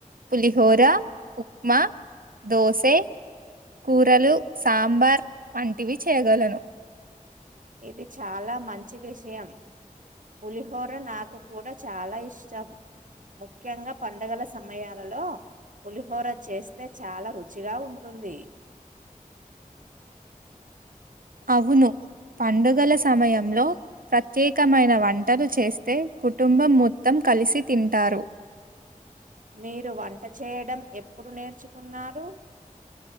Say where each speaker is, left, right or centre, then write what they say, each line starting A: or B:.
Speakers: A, on the right; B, on the right.
A: పులిహోర ఉప్మా దోసె కూరలు సాంబార్ వంటివి చేయగలను
B: ఇది చాలా మంచి విషయం పులిహోర నాకు కూడా చాలా ఇష్టం ముఖ్యంగా పండుగల సమయాలలో పులిహోర చేస్తే చాలా రుచిగా ఉంటుంది
A: అవును పండుగల సమయంలో ప్రత్యేకమైన వంటలు చేస్తే కుటుంబం మొత్తం కలిసి తింటారు
B: మీరు వంట చేయడం ఎప్పుడు నేర్చుకున్నారు